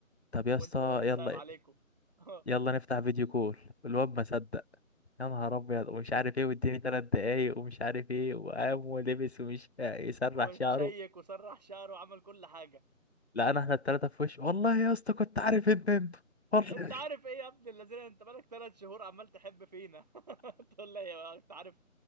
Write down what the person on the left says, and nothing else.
طب يا
اسطى
يلا
يلا نفتح فيديو كول الواد ما صدق يا نهار ابيض ومش عارف ايه واديني ثلاث دقايق ومش عارف ايه وقام ولبس ومش يسرح
شعره
لقينا احنا الثلاثه في وش والله يا اسطى كنت عارف ان انت والله